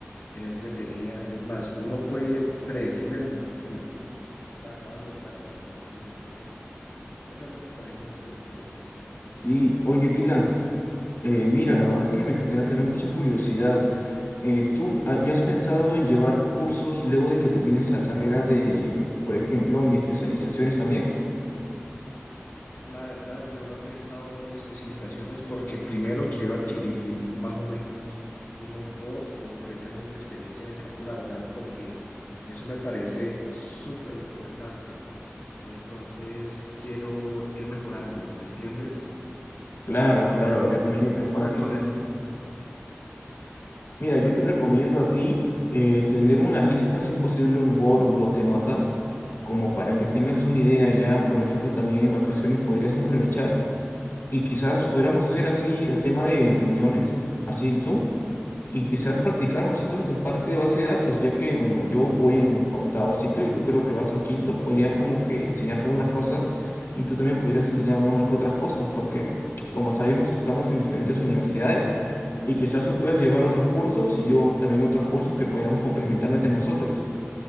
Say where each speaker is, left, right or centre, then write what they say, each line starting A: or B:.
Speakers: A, on the left (about 75°); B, on the left (about 60°).
A: es entretenida, es más, uno puede predecir el futuro basado en los datos que uno tiene. Entonces, eso a mí me parece súper interesante. No
B: Sí,
A: sé tú qué opinas.
B: oye Dylan, eh, mira, la verdad es que me genera también mucha curiosidad. Eh, ¿tú ah, ya has pensado en llevar cursos luego de que termines la carrera de, por ejemplo, en especializaciones también?
A: La verdad, yo no he pensado en especializaciones porque primero quiero adquirir más o menos unos dos o tres años de experiencia en el campo laboral porque eso me parece súper importante. Entonces, quiero ir mejorando, ¿me entiendes?
B: Claro, claro, yo también
A: Lo
B: he
A: Mejora
B: pensado en
A: con
B: eso.
A: la experiencia.
B: Mira, yo
A: Antes
B: te recomiendo
A: de
B: a ti eh, tener
A: poder
B: una lista, si es posible, un Word, un bloc de notas, como para que tengas una idea ya, por ejemplo, también en vacaciones podrías aprovechar y quizás podríamos hacer así el tema de reuniones, así en Zoom, y quizás practicar nosotros la parte de base de datos, ya que, bueno, yo voy en octavo ciclo y tú creo que vas en quinto, podría como que enseñarte unas cosas y tú también podrías enseñarme unas que otras cosas, porque como sabemos, estamos en diferentes universidades y quizás tú puedas llevar otros cursos y yo también otros cursos que podríamos complementar entre nosotros.